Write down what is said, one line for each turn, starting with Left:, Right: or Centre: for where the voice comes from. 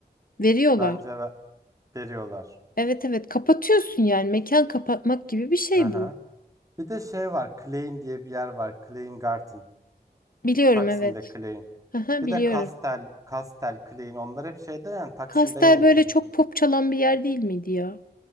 Left: Veriyorlar.
Right: Bence ve- veriyorlar.
Left: Evet evet kapatıyorsun yani mekan kapatmak gibi bir şey
Right: Aha.
Left: bu.
Right: Bir de şey var Klein diye bir yer var. Klein Garden.
Left: Biliyorum
Right: Taksim'de
Left: evet.
Right: Klein.
Left: Aha,
Right: Bir
Left: biliyorum.
Right: de Kastel, Kastel, Klein onlar hep şeyde yani Taksim
Left: Kastel
Right: Beyoğlu
Left: böyle
Right: tarafında.
Left: çok pop çalan bir yer değil miydi ya?